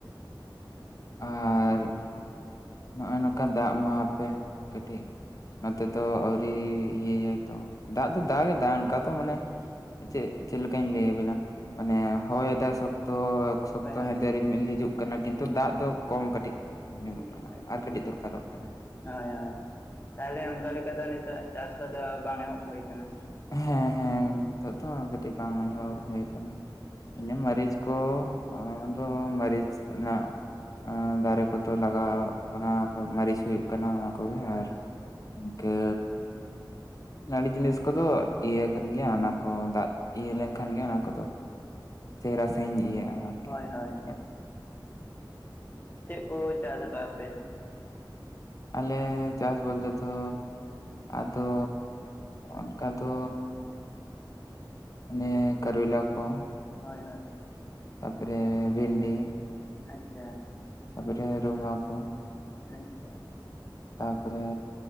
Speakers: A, on the left; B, on the left.
A: ᱟᱨ ᱱᱚᱜᱼᱚᱭ ᱱᱚᱝᱠᱟ ᱫᱟᱜ ᱢᱟ ᱦᱟᱯᱮ ᱠᱟᱹᱴᱤᱡ ᱱᱚᱛᱮ ᱫᱚ ᱟᱹᱣᱨᱤ ᱤᱭᱟᱹᱭᱟᱭ ᱛᱚ ᱫᱟᱜ ᱫᱚ ᱫᱟᱜ ᱫᱟ ᱚᱱᱠᱟ ᱫᱚ ᱢᱟᱱᱮ ᱪᱮᱫ ᱪᱮᱫ ᱞᱮᱠᱟᱧ ᱞᱟᱹᱭ ᱟᱵᱤᱱᱟ ᱢᱟᱱᱮ ᱦᱚᱭ ᱫᱟ ᱥᱚᱠᱛᱚ ᱥᱚᱠᱛᱚ
B: ᱦᱳᱭ
A: ᱦᱮᱸᱫᱮ ᱨᱤᱢᱤᱞ ᱦᱤᱡᱩᱜ ᱠᱟᱱᱟ ᱠᱤᱱᱛᱩ ᱫᱟᱜ ᱫᱚ ᱠᱚᱢ ᱠᱟᱹᱴᱤᱡ ᱧᱩᱨᱩᱜ
B: ᱩᱸᱜ
A: ᱠᱟᱱᱟ
B: ᱟᱨ
A: ᱠᱟᱹᱴᱤᱡ
B: ᱩᱸᱜ
A: ᱫᱚᱨᱠᱟᱨᱚᱜ ᱠᱟᱱᱟ
B: ᱦᱳᱭ ᱦᱳᱭ ᱛᱟᱞᱦᱮ ᱚᱱᱠᱟ ᱞᱮᱠᱟ ᱫᱚ ᱱᱤᱛᱚᱜ ᱪᱟᱥ ᱠᱚᱫᱚ ᱵᱟᱝ ᱮᱦᱚᱵ ᱦᱳᱭ ᱟᱠᱟᱱᱟ
A: ᱦᱮᱸ ᱦᱮᱸ ᱱᱤᱛᱚᱜ ᱫᱚ ᱠᱟᱹᱴᱤᱡ ᱵᱟᱝ ᱮᱦᱚᱵ ᱦᱩᱭᱩ ᱟᱠᱟᱱᱟ ᱤᱱᱟᱹ ᱢᱟᱹᱨᱤᱪ ᱠᱚ ᱟᱫᱚ ᱢᱟᱹᱨᱤᱪ ᱚᱱᱟ ᱟᱸ ᱫᱟᱨᱮ ᱠᱚᱫᱚ ᱞᱟᱜᱟᱣ ᱚᱱᱟ ᱠᱚ ᱢᱟᱹᱨᱤᱪ ᱦᱩᱭᱩᱜ ᱠᱟᱱᱟ ᱚᱱᱟ ᱠᱚ ᱦᱳᱭᱱᱟ
B: ᱦᱳᱭ
A: ᱟᱨ
B: ᱦᱳᱭ
A: ᱤᱱᱠᱟᱹ ᱱᱟᱲᱤ ᱡᱤᱱᱤᱥ ᱠᱚᱫᱚ ᱤᱭᱟᱹ ᱠᱟᱱ ᱜᱮᱭᱟ ᱚᱱᱟ ᱠᱚ ᱫᱟᱜ ᱤᱭᱟᱹ ᱞᱮᱱᱠᱷᱟᱱ ᱜᱮ ᱚᱱᱟ ᱠᱚᱫᱚ ᱪᱮᱨᱦᱟ ᱥᱟᱹᱦᱤᱧ
B: ᱟᱪᱪᱷᱟ
A: ᱤᱭᱟᱹᱜᱼᱟ ᱟᱨᱠᱤ
B: ᱦᱳᱭ ᱦᱳᱭ
A: ᱦᱮᱸ
B: ᱳᱭ ᱪᱟᱥ ᱟᱠᱟᱫ ᱟᱯᱮ
A: ᱟᱞᱮ ᱪᱟᱥ ᱵᱚᱞᱛᱮ ᱫᱚ ᱟᱫᱚ ᱚᱱᱠᱟ ᱫᱚ ᱚᱱᱮ ᱠᱟᱨᱚᱭᱞᱟ ᱠᱚ
B: ᱦᱳᱭ ᱦᱳᱭ
A: ᱛᱟᱯᱚᱨᱮ ᱵᱷᱮᱱᱰᱤ
B: ᱟᱪᱪᱷᱟ
A: ᱛᱯᱚᱨᱮ ᱨᱩᱢᱟᱣ ᱠᱚ
B: ᱟᱪᱪᱷᱟ
A: ᱛᱟᱯᱚᱨᱮ